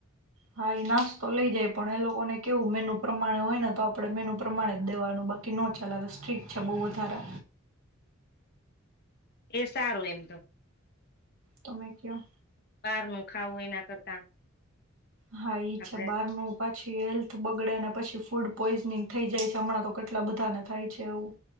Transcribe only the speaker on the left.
એ સારું એમ તો
બાર ન ખાવું એના કરતા
આપડે